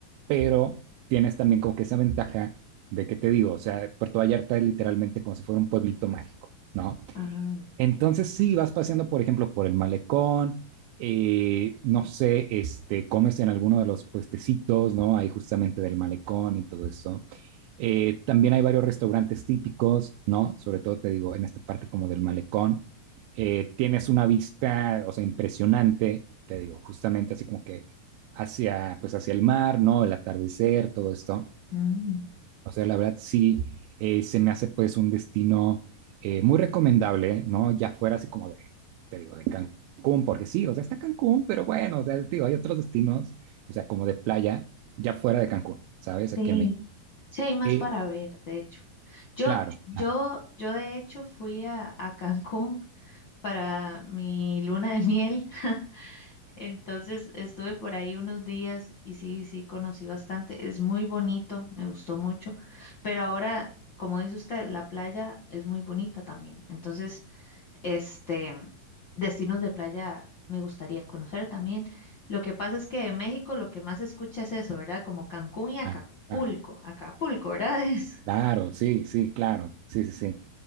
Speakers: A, on the right (about 85°); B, on the left (about 55°).
A: pero tienes también como que esa ventaja de que te digo, o sea, Puerto Vallarta es literalmente como si fuera un pueblito mágico, ¿no?
B: ajá,
A: Entonces sí, vas paseando, por ejemplo, por el malecón, eh, no sé, este, comes en alguno de los puestecitos, ¿no? Ahí justamente del malecón y todo eso. Eh, también hay varios restaurantes típicos, ¿no? Sobre todo te digo, en esta parte como del malecón. Eh, tienes una vista, o sea, impresionante, te digo, justamente así como que hacia, pues hacia el mar, ¿no? El atardecer, todo esto.
B: mm,
A: O sea, la verdad sí, eh, se me hace pues un destino eh, muy recomendable, ¿no? Ya fuera así como de, te digo, de Cancún, porque sí, o sea, está Cancún, pero bueno, o sea, te digo, hay otros destinos, o sea, como de playa, ya fuera de Cancún, ¿sabes? Aquí
B: Sí.
A: en México.
B: Sí, hay más
A: Eh,
B: para ver, de hecho. Yo,
A: claro,
B: yo,
A: claro.
B: yo de hecho fui a, a Cancún para mi luna de miel. <laughs> Entonces estuve por ahí unos días y sí, sí, conocí bastante. Es muy bonito, me gustó mucho. Pero ahora, como dice usted, la playa es muy bonita también. Entonces, este, destinos de playa me gustaría conocer también. Lo que pasa es que de México lo que más se escucha es eso, ¿verdad? Como Cancún y Acapulco.
A: Claro, claro,
B: Acapulco, ¿verdad? <laughs> Es-
A: claro, sí, sí, claro, sí, sí, sí.